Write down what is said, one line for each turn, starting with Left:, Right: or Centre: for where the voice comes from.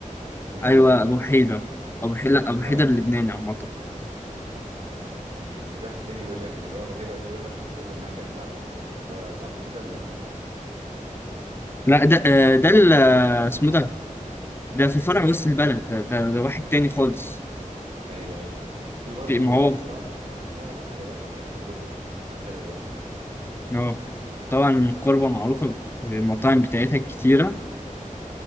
Right: السوري
Left: ايوه
Right: باين ولا
Left: ابو
Right: ابو حيدر
Left: حيدر ابو حيدر لا ابو حيدر
Right: اه
Left: اللبناني عامة
Right: أمم، اصل في واحد تاني بيقول لك اللي هو ابو حيدر ده بيقول لك مشهور بالمانجا بتاعته اللي هو اعتقد ده المصري
Left: لا ده آه، ده ال- آه، اسمه ده ده في فرع وسط البلد ده, ده, ده واحد تاني خالص
Right: ايوه ايوه في برضه
Left: في ما هو
Right: سمسمه سمسمه انا كنت جربته كان في الدقي كان حلو برضه
Left: اه طبعا قربة معروفة بالمطاعم بتاعتها كتيرة